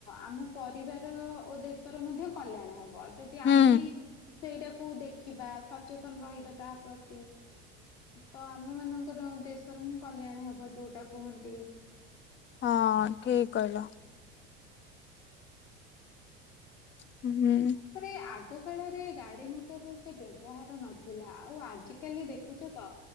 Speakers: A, on the left (about 60°); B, on the left (about 35°).
A: ଆମ ପରିବାର ଓ ଦେଶର ମଧ୍ୟ କଲ୍ୟାଣ ହେବ। ଯଦି ଆମେ
B: ହୁଁ
A: ସେଇଟାକୁ ଦେଖିବା ସଚେତନ ରହିବା ତା ପ୍ରତି ତ ଆମ ମାନଙ୍କର ଦେଶର ହିଁ କଲ୍ୟାଣ ହବ ଯୋଉଟା କୁହନ୍ତି।
B: ହଁ ଠିକ୍ କହିଲ। ହୁଁ।
A: ତାପରେ ଆଗ କାଳରେ ଗାଡି ମଟର ଏତେ ବ୍ୟବହାର ନଥିଲା। ଆଉ ଆଜିିକାଲି ଦେଖୁଛ ତ